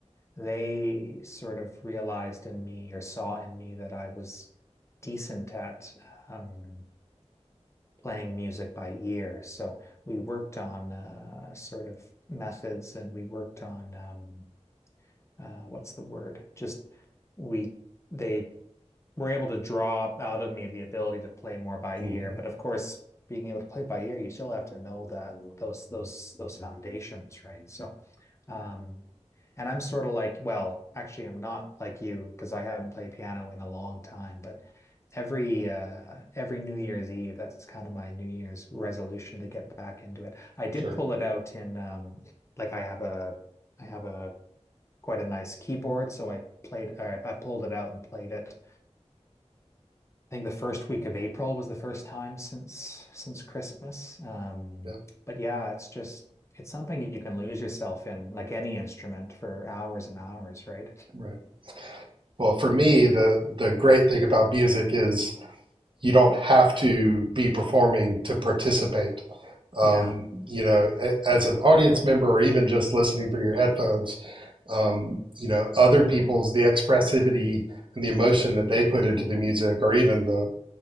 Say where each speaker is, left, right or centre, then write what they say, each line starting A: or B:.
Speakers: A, on the left (about 25°); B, on the right (about 45°).
A: they sort of realized in me or saw in me that I was decent at um playing music by ear. So we worked on uh, sort of methods and we worked on um, uh, what's the word? Just we they were able to draw out of me the ability to play more by ear.
B: hmm
A: But of course, being able to play by ear, you still have to know that those those those foundations, right? So um, and I'm sort of like, well, actually, I'm not like you because I haven't played piano in a long time, but every uh every New Year's Eve, that's kind of my New Year's resolution to get back into it. I did
B: Sure.
A: pull it out in um like I have a I have a quite a nice keyboard, so I played or I pulled it out and played it I think the first week of April was the first time since since Christmas. Um,
B: Yeah.
A: but yeah, it's just it's something you can lose yourself in, like any instrument, for hours and hours, right?
B: Right. Well, for me, the the great thing about music is you don't have to be performing to participate. Um,
A: Yeah,
B: you know, as an audience member or even just listening through your headphones, um, you know, other people's, the expressivity and the emotion that they put into the music, or even the,